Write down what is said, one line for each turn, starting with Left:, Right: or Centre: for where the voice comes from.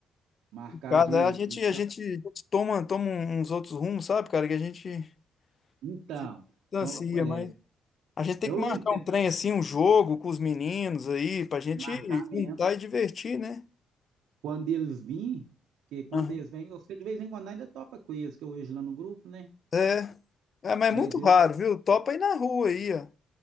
Right: Marcar
Left: Cara,
Right: de,
Left: a gente,
Right: de-
Left: a gente, a gente toma, toma um, uns outros rumos, sabe, cara, que a gente
Right: Então,
Left: se distancia,
Right: então, é,
Left: mas a gente tem
Right: eu
Left: que
Right: lembro
Left: marcar
Right: que teve
Left: um trem assim, um jogo com os meninos aí, pra gente
Right: que marcar mesmo.
Left: juntar e divertir, né?
Right: Quando eles vêm, porque quando
Left: Aham.
Right: eles vêm, você de vez em quando ainda topa com eles, que eu hoje lá no grupo, né?
Left: É, é, mas é muito
Right: Mas
Left: raro,
Right: eu,
Left: viu? Topa aí na rua aí, ó.